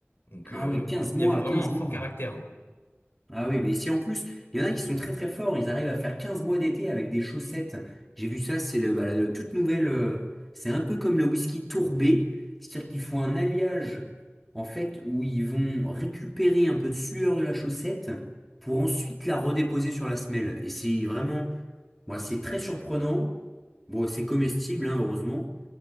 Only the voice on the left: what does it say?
Donc,
euh,
il
y avait vraiment
un
fort caractère. hein.